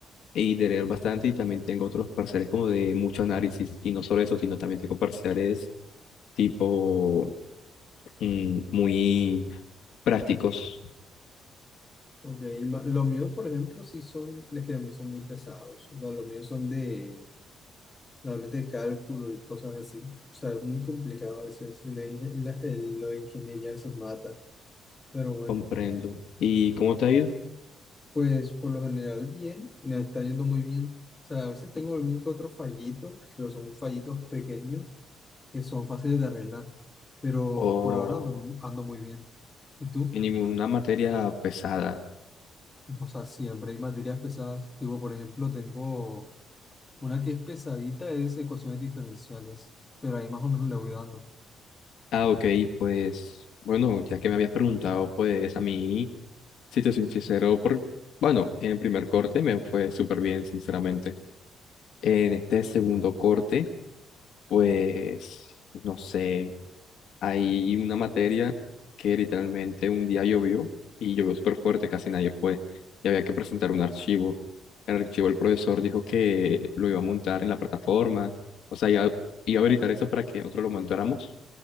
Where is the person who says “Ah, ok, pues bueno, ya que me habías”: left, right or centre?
Left